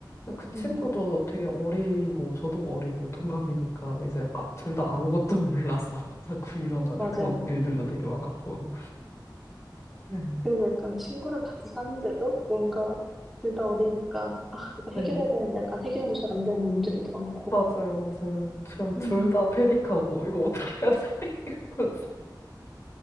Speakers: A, on the left; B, in the centre.
A: 그 친구도
B: 음,
A: 되게 어리고 저도 어리고 동갑이니까 이제 아, 둘 다 아무것도 몰라서 <laughs> 자꾸 일어나는
B: 맞아요.
A: 그런 일들도 되게 많았고. 네.
B: 그리고 약간 친구랑 같이 사는데도 뭔가 둘 다 어리니까, 아, 이거 해결해야
A: 네,
B: 되는데 약간 해결도 잘 안 되는 문제들도 많고.
A: 맞아요, 맞아요. 그냥
B: 음,
A: 둘 다 패닉하고 이거 어떻게 해야 돼? <laughs> 이러면서.